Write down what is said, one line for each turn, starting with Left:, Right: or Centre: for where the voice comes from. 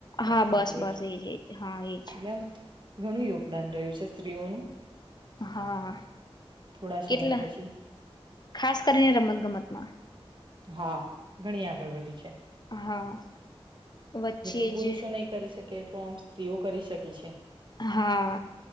Right: બોક્સિંગ
Left: હા બસ
Right: પ્લેયર
Left: બસ એજ એજ હા એજ
Right: એટલે આમ ઘણું યોગદાન રહ્યું છે સ્ત્રીઓનું.
Left: હા
Right: થોડા સમય
Left: કેટલા
Right: પછી
Left: ખાસ કરીને રમત ગમતમાં.
Right: હા ઘણી આગળ વધી છે.
Left: હા. વચ્ચે
Right: જેટલુ પુરુષો
Left: જ
Right: નઈ કરી શક કે એટલું આમ સ્ત્રીઓ કરી શકી છે.
Left: હા